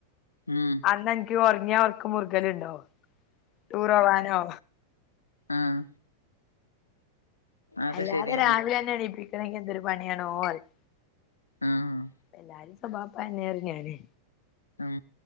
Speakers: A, on the left; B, on the left.
A: ഉം
B: അന്ന് എനിക്ക് ഒറങ്ങിയാ ഒറ ക്ക് മുറ്ഗലുണ്ടോ ടൂറോവാനോ
A: ആഹ് അതൊക്കെ
B: അല്ലാതെ
A: ശരിയെന്നെ
B: രാവിലെ അന്നെ എണീപ്പിക്കണെങ്കി എന്തൊരു പണിയാണോ പറിം.
A: ആഹ്
B: എല്ലാരിം സ്വഭാവപ്പയെന്നെയാ പറയും ഞാന്
A: ഉം